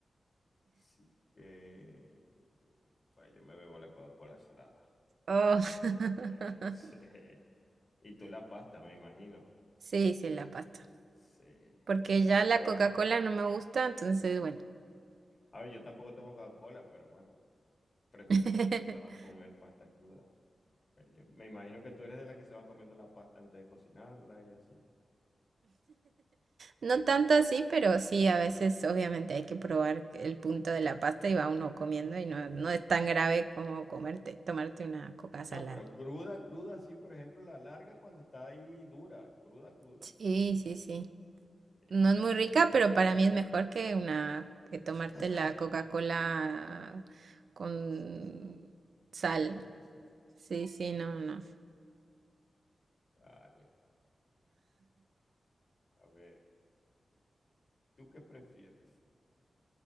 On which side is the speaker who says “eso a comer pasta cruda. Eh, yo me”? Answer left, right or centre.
Left